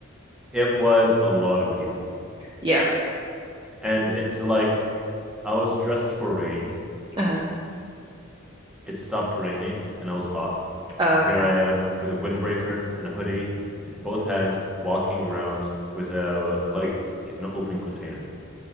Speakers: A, in the centre; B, on the right (about 20°).
A: It was a lot of people,
B: Yeah.
A: and it's like I was dressed for rain.
B: Uh-huh.
A: It stopped raining, and I was hot.
B: Oh
A: And here
B: yeah.
A: I am with a windbreaker and a hoodie in both hands, walking around with a like an open container.